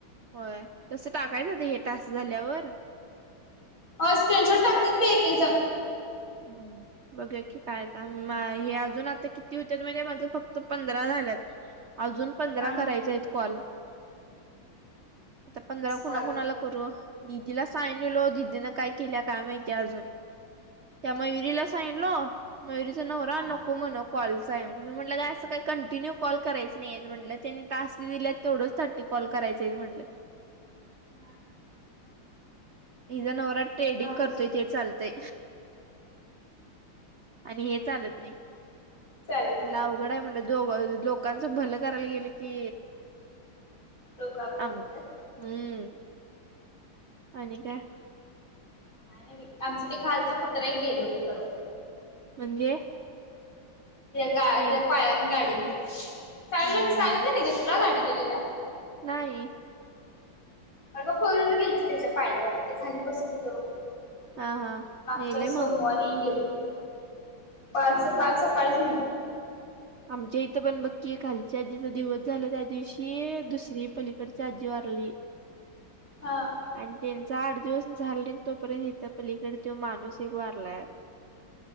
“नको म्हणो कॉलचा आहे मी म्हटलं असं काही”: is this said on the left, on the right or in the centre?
Right